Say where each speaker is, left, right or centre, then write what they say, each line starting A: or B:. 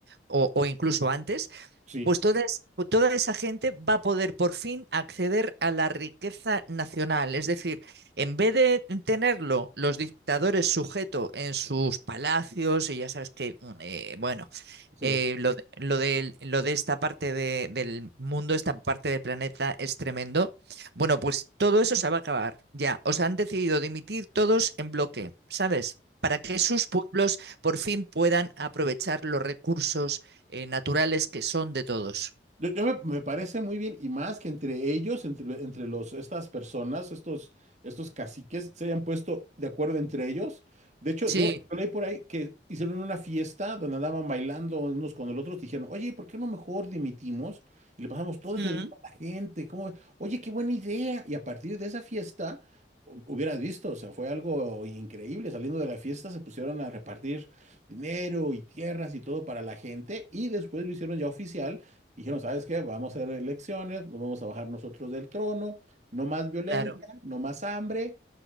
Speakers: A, on the right (about 65°); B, on the right (about 40°).
A: o, o incluso antes
B: Sí,
A: pues toda, es- pues toda esa gente va a poder por fin acceder a la riqueza nacional. Es decir, en vez de tenerlo los dictadores sujeto en sus palacios, y ya sabes que, mm, eh, bueno,
B: sí.
A: eh, lo, de, lo del- lo de esta parte de- del mundo, esta parte del planeta es tremendo. Bueno, pues todo eso se va a acabar ya. Os han decidido dimitir todos en bloque, ¿sabes? Para que sus pueblos por fin puedan aprovechar los recursos eh, naturales que son de todos.
B: Yo, yo me, me parece muy bien, y más que entre ellos, entre, entre los, estas personas, estos, estos caciques, se hayan puesto de acuerdo entre ellos. De hecho,
A: Sí,
B: yo leí por ahí que hicieron una fiesta donde andaban bailando unos con los otros, dijeron, oye, ¿por qué no mejor dimitimos y le pasamos todo
A: Mm.
B: eso dinero a la gente? ¿Cómo ve? Oye, qué buena idea. Y a partir de esa fiesta, hu- hubieras visto, o sea, fue algo increíble. Saliendo de la fiesta, se pusieron a repartir dinero y tierras y todo para la gente, y después lo hicieron ya oficial Dijeron, ¿sabes qué? Vamos a hacer elecciones, nos vamos a bajar nosotros del trono, no más violencia,
A: claro.
B: no más hambre,